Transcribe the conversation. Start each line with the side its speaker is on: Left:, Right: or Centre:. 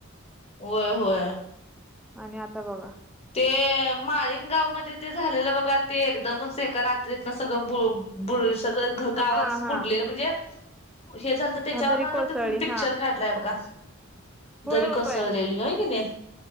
Left: होय होय,
Centre: आणि आता बघा.
Left: ते माळीन गाव मध्ये ते झालेलं बघा ते एकदमच एका रात्रीतनं सगळं बु''--'' बुडलय सगळं गावाचाच
Centre: हा हा
Left: बुडलेल म्हणजे हे झालत. त्याच्यावरन
Centre: हा दरी
Left: आता
Centre: कोसळली
Left: तो पिक्चर
Centre: हा
Left: काढलाय बघा
Centre: होय
Left: दरी
Centre: होय
Left: कोसळलेली होय कनी.